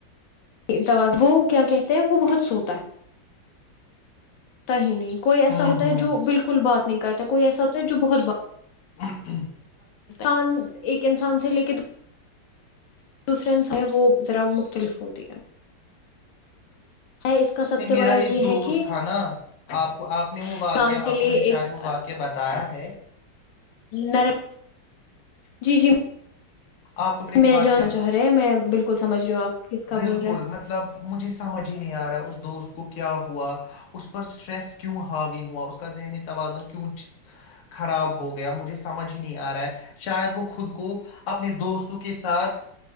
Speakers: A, on the left; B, on the left.
A: اتاز وہ کیا کہتے ہیں وہ بہت سوتا ہے تو ہی نہیں کوئی ایسا
B: ہوں
A: ہوتا
B: ہوں
A: ہے جو بالکل بات نہیں کرتا کوئی ایسا ہوتا ہے جو بہت بات
B: اچ <unintelligible>
A: ان ایک انسان سے لے کے دوسرے انسا ہے وہ ذرا مختلف ہوتی ہے اس کا سب
B: نہیں
A: سے
B: میرا
A: بڑا
B: ایک
A: یہ
B: دوست
A: ہے کہ
B: تھا نا آپ کو آپ نے وہ واقعہ
A: انسان کے
B: آپ
A: لیے
B: کو میں نے
A: ایک
B: شاید وہ واقعہ بتایا ہے
A: نرم جی جی
B: آپ کو اپنے ایک
A: میں
B: واقعہ
A: جانا چاہ رہا میں بالکل سمھ رہے ہو آپ کس کا
B: بالکل
A: بول رہے
B: مطلب مجھے سمجھ ہی نہیں آ رہا اس دوست کو کیا ہوا اس پر اسٹریس کیوں حاوی ہوا اس کا ذہنی توازن کی خراب ہو گیا مجھے سمجھ ہی نہیں آ رہا ہے شاید وہ خود کو اپنے دوستوں کے ساتھ